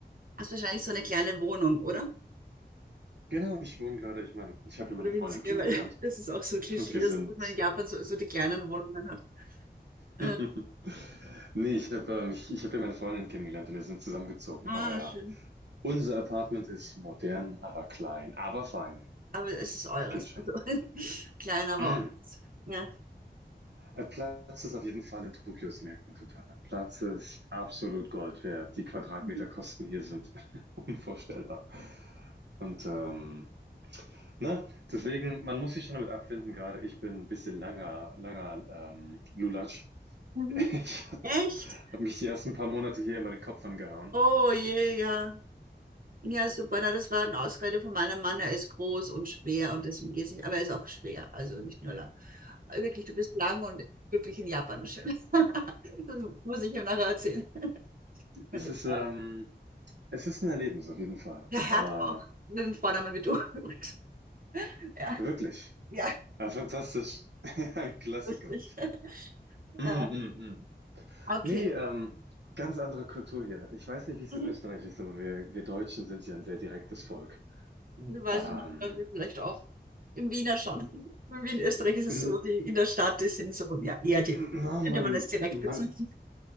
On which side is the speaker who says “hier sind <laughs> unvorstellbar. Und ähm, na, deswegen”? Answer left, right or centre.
Right